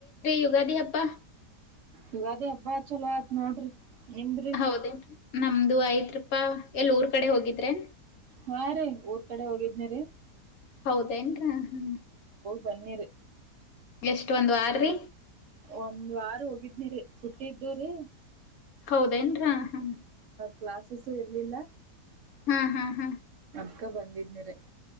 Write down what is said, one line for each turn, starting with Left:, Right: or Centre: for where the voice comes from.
Left: ಯುಗಾದಿ ಹಬ್ಬ
Right: ಯುಗ ಅದೇ ಹಬ್ಬ ಚಲೋ ಆಯತ್ ನೋಡ್ರಿ ಎಮ್ರಿ
Left: ಹೌದೇನ್ರಿ ನಮ್ದು ಐ್ತ್ ರಪಾ ಎಲ್ ಊರ್ ಕಡೆ ಹೋಗಿದ್ರೆ
Right: ಹಾ ರೀ ಊರ್ ಕಡೆ ಹೋಗಿದ್ನಿರಿ
Left: ಹೌದೇನ್ರ ಹ್ಮ
Right: ಬನ್ನಿರು
Left: ಎಷ್ಟ ಒಂದು ಆಾರೀ
Right: ಒಂದ್ ವಾರ ಹೋಗಿದ್ನಿರಿ ಸುಟ್ಟ ಇದ್ದು್ರೀ
Left: ಹೌದೇನ್ರ ಹ
Right: ಕ್ಲಾಸಸ್ಸು ಇರಲಿಲ್ಲ
Left: ಹಾ ಹಾ ಹಾ
Right: ಅದ್ಕ ಬಂದಿದನಿರ